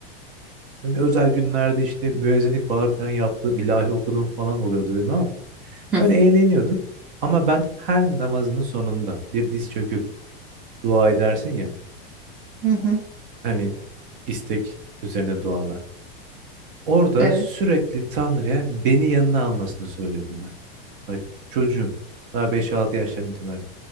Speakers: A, on the right; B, in the centre.
A: Ben özel günlerde işte müezzinlik falan filan yaptığım, ilahi okuduğum falan oluyordu benim ama
B: <laughs>
A: öyle eğleniyorduk. Ama ben her namazının sonunda bir diz çöküp dua edersin ya
B: Hı hı.
A: hani istek üzerine dualar. Orada
B: Evet.
A: sürekli Tanrı'ya beni yanına almasını söylüyordum ben. Bak çocuğum daha beş altı yaşlarından itibaren.